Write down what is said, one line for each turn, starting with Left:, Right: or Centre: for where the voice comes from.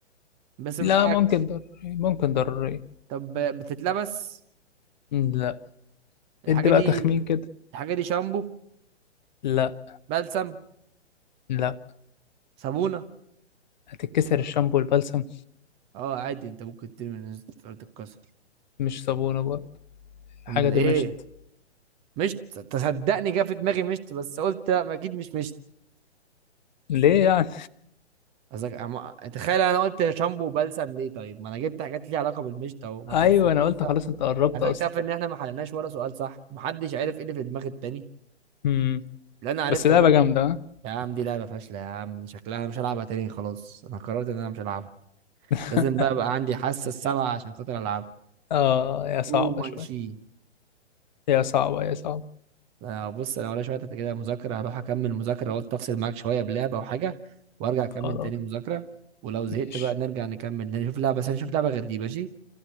Right: بس
Left: لا
Right: مش أكل
Left: ممكن ضروري ممكن ضروري
Right: طب بتتلبس
Left: لا
Right: الحاجة
Left: ادي بقى
Right: دي
Left: تخمين كده
Right: الحاجة دي شامبو
Left: لا
Right: بلسم
Left: لا
Right: صابونة
Left: هتتكسر الشامبو والبلسم
Right: اه عادي انت ممكن ترمي من فرد الكسر
Left: مش صابونة برضه الحاجة
Right: امال
Left: دي
Right: ايه
Left: مشت
Right: مشت تصدقني جه في دماغي مشت بس قلت لا، ما اكيد مش مشت
Left: ليه يعني
Right: قصدك أما- تخيل انا قلت شامبو وبلسم ليه طيب ما انا جبت حاجات ليها علاقة بالمشت اهو ما
Left: <laughs> ايوه
Right: تحسب
Left: انا قلت
Right: صح
Left: خلاص انت قربت
Right: على
Left: اصلا
Right: فكرة تعرف ان احنا ما حلناش ولا سؤال صح محدش عرف ايه اللي في دماغ التاني
Left: مم.
Right: لا انا عرفت
Left: بس لعبة
Right: ولا
Left: جامدة ها؟
Right: يا عم دي لعبة فاشلة يا عم شكلها مش هلعبها تاني خلاص انا قررت ان انا مش هلعبها
Left: <laughs>
Right: لازم بقى بقى عندي حاسة السبعة عشان خاطر العبها
Left: آه يا صعبة
Right: او مانشي
Left: شوي يا صعبة يا صعبة
Right: انا بص انا ولا شوية كده مذاكرة هروح اكمل مذاكرة قلت افصل معاك شوية بلعبة او حاجة وارجع اكمل
Left: خلاص
Right: تاني مذاكرة ولو زهقت
Left: ماشي
Right: بقى نرجع نكمل نشوف لعبة بس نشوف لعبة غير دي ماشي